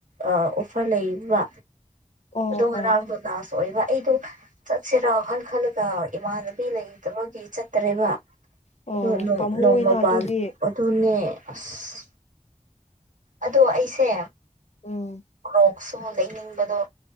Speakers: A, on the right; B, on the left.
A: ꯑ ꯑꯣꯐꯔ ꯂꯩꯔꯤꯕ
B: ꯑꯣ
A: ꯑꯗꯣ ꯉꯔꯥꯡꯗꯣ
B: ꯑꯣ
A: ꯂꯥꯁ ꯑꯣꯏꯕ ꯑꯩꯗꯣ ꯆꯠꯁꯤꯔꯣ ꯋꯥꯈꯜ ꯈꯜꯂꯒ ꯏꯃꯥꯟꯅꯕꯤ ꯂꯩꯇꯕꯒꯤ ꯆꯠꯇꯥꯔꯦꯕ
B: ꯑꯣ
A: ꯑꯗꯣ ꯅꯣꯡ
B: ꯄꯥꯝꯃꯨꯏꯅ
A: ꯅꯣꯡꯃꯄꯥꯟ
B: ꯑꯗꯨꯗꯤ
A: ꯑꯗꯨꯅꯦ ꯑꯁ ꯑꯗꯣ ꯑꯩꯁꯦ
B: ꯎꯝ
A: ꯃꯨꯛꯁꯨ ꯂꯩꯅꯤꯡꯕꯗꯣ